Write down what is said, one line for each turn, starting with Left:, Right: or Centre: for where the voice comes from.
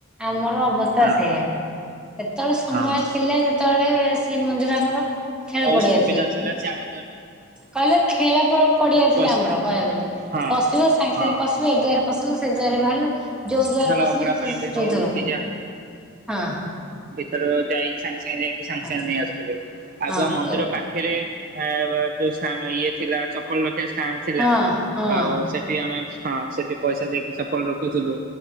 Centre: ଆମର ଅବସ୍ ସ୍ତାଆ
Right: ହଁ
Centre: ସେଇଆ ସେତେବେଳେ ସମୟ
Right: ହଁ।
Centre: ଥିଲା ଯେତେବେଳେ ଶ୍ରୀ ମନ୍ଦିର ଆମର ଖେଳ
Right: ବହୁତ
Centre: ପଡିଆ
Right: ସୁବିଧା ଥିଲା ଚାରିଦ୍ବାର
Centre: କହିଲେ ଖେଳ ପ ପଡିଆ ଥିଲା
Right: ପଶ୍
Centre: ଆମର କହିବାକୁ ଗଲେ
Right: ହଁ
Centre: ପଶିବ ସାଙ୍ଗେ
Right: ହଁ।
Centre: ସାଙ୍ଗେ ପଶ ବୁ ଏ ଦ୍ୱାରେ ପଶିଲୁ ସେ ଦ୍ୱାରେ ବାହାରିଲୁ ଯୋଉ ଦ୍ୱାର
Right: ଏଥର
Centre: ପଶିଲେ
Right: ଅଭଡା
Centre: ଯୋ
Right: ପାଇଁ ବି ହଉ
Centre: ଯୋଧର
Right: କି
Centre: ହଁ।
Right: ତର ଯାଇକି ସାଙ୍ଗେ ସାଙ୍ଗେ ଯାଇକି ସାଙ୍ଗେ
Centre: ହଁ
Right: ସାଙ୍ଗେ ନେଇ ଆସୁଥିଲେ ଆଗୁଆ
Centre: ହଁ
Right: ମନ୍ଦିର
Centre: ଏ
Right: ପାଖ ପାଖରେ ଏ ଯୋଉ ସାନ୍ ଇଏ ଥିଲା ଚପଲ ରଖିବାକୁ ଷ୍ଟାଣ୍ଡ ଥିଲା
Centre: ହଁ ହଁ
Right: ଆଉ ସେ ସେଠି ଆମେ ହଁ ସେଠି ପଇସା ଦେଇକି ଚପଲ ରଖୁଥିଲୁ